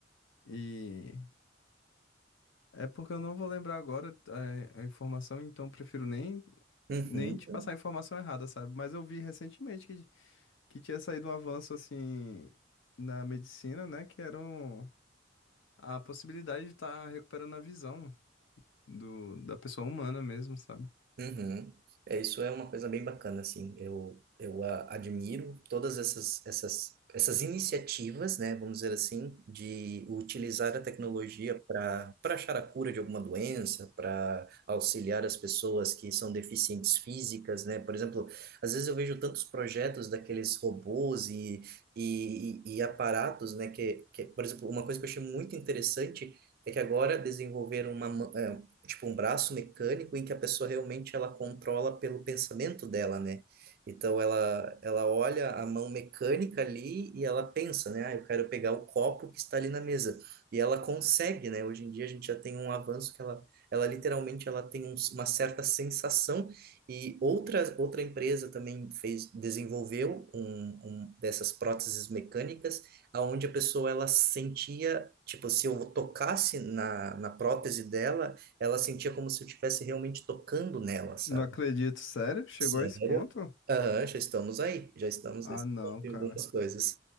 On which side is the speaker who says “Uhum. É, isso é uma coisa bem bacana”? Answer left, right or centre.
Right